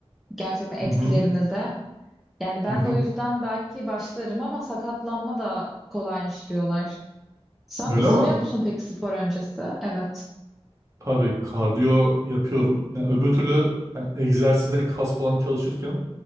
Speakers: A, in the centre; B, on the right.
A: gerçekten etkilerini
B: Hı hı.
A: de. Yani ben
B: Hı
A: de o yüzden belki başlarım ama sakatlanma da kolaymış diyorlar. Sen
B: Öyle
A: ısınıyor
B: mi?
A: musun peki spor öncesi? Evet.
B: Tabii kardiyo yapıyorum. Yani öbür türlü yani egzersizde kas falan çalışırken